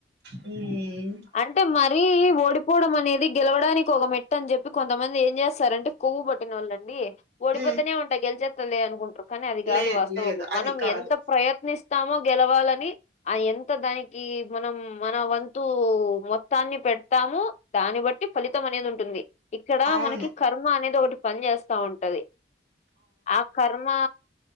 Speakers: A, on the right; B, on the left.
A: హ్మ్.
B: అంటే మరీ ఓడి పోవడం అనేది గెలవడానికి ఒక మెట్టు అని చెప్పి కొంతమంది ఏం చేస్తారంటే కొవ్వు పట్టినోళ్ళు అండి ఓడిపోతనే
A: ఉమ్
B: ఉంటా గెలిచేత్తదిలే అనుకుంట్రు కానీ అది కాదు
A: లేదు
B: వాస్తవము,
A: లేదు అది
B: మనం
A: కాదు
B: ఎంత ప్రయత్నిస్తామో గెలవాలని ఆ ఎంత దానికి మనం మన వంతు కు మొత్తాన్ని పెడతాము దాన్ని బట్టి ఫలితం అనేది ఉంటుంది, ఇక్కడ
A: అవును
B: మనకి కర్మా అనేది ఒకటి పనిచేస్తా ఉంటది ఆ కర్ మా